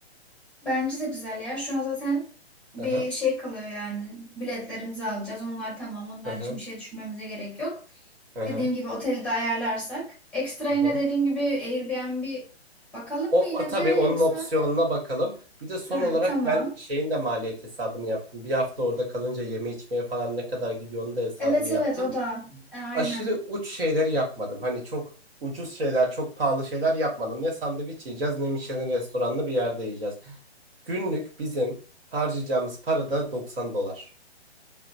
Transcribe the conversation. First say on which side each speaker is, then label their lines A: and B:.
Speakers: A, in the centre; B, on the right (about 60°).
A: Bence de güzel ya. Şu an zaten bir
B: Hı hı,
A: şey kalıyor yani. Biletlerimizi alacağız. Onlar tamam. Onlar
B: hı hı,
A: için bir şey düşünmemize gerek yok.
B: hı hı,
A: Dediğim gibi oteli de ayarlarsak. Ekstra
B: hı
A: yine
B: hı.
A: dediğim gibi Airbnb bakalım
B: O,
A: mı yine
B: o tabii
A: de yoksa?
B: onun opsiyonuna bakalım. Bir de son
A: Ha,
B: olarak
A: tamam.
B: ben şeyin de maliyet hesabını yaptım. Bir hafta orada kalınca yeme içmeye falan ne kadar gidiyor onun da hesabını
A: Evet
B: yaptım.
A: evet o da. E, aynen.
B: aşırı uç şeyleri yapmadım. Hani çok ucuz şeyler, çok pahalı şeyler yapmadım. Ne sandviç yiyeceğiz, ne Michelin restoranlı bir yerde yiyeceğiz. Günlük bizim harcayacağımız para da 90 dolar.